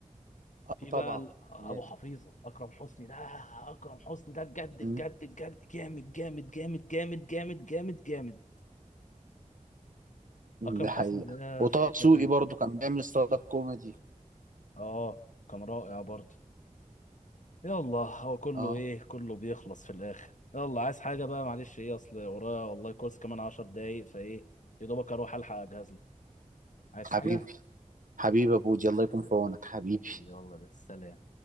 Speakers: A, on the right; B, on the left.
A: اه
B: في بقى
A: طبعا
B: ال- أبو
A: جامد.
B: حفيظة أكرم حسني ده أكرم حسني ده بجد
A: مم.
B: بجد بجد جامد جامد جامد جامد جامد جامد جامد أكرم
A: ده
B: حسني
A: حقيقه
B: ده
A: وطه
B: في حتة
A: دسوقي
B: تانية
A: برضه كان بيعمل ستارت اب كوميدي
B: آه كان رائع برضه يلا هو كله
A: اه
B: إيه كله بيخلص في الآخر يلا عايز حاجة بقى معلش إيه أصل ورايا والله كورس كمان عشر دقايق فإيه يا دوبك أروح ألحق أجهز لك عايز
A: حبيبي
B: حاجة؟
A: حبيبي يا بودي الله يكون في عونك حبيبي
B: يلا بس سلام